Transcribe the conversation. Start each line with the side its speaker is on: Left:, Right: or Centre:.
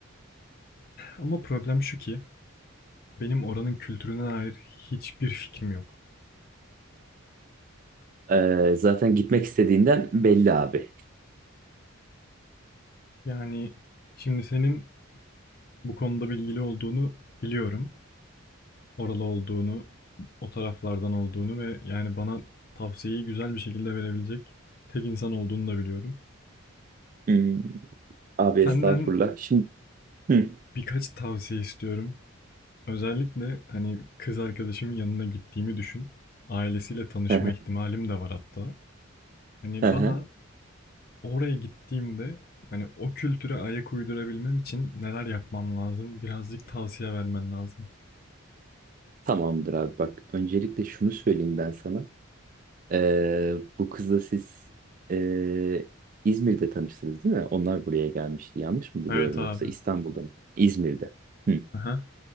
Left: Ama problem şu ki benim oranın kültürüne dair hiçbir fikrim yok.
Right: Ee, zaten gitmek istediğinden belli abi.
Left: Yani şimdi senin bu konuda bilgili olduğunu biliyorum. oralı olduğunu, o taraflardan olduğunu ve yani bana tavsiyeyi güzel bir şekilde verebilecek tek insan olduğunu da biliyorum.
Right: Hmm. Abi
Left: Senden
Right: estağfurullah. Şimdi Hı.
Left: birkaç tavsiye istiyorum. Özellikle hani kız arkadaşımın yanına gittiğimi düşün. Ailesiyle tanışma
Right: Hı hı.
Left: ihtimalim de var hatta. Hani
Right: Hı hı.
Left: bana oraya gittiğimde hani o kültüre ayak uydurabilmem için neler yapmam lazım? Birazcık tavsiye vermen lazım.
Right: Tamamdır abi bak. Öncelikle şunu söyleyeyim ben sana. Ee, bu kızla siz ee, İzmir'de tanıştınız değil mi? Onlar buraya gelmişti. Yanlış mı biliyorum
Left: Evet abi.
Right: yoksa İstanbul'da mı? İzmir'de. Hı,
Left: Aha,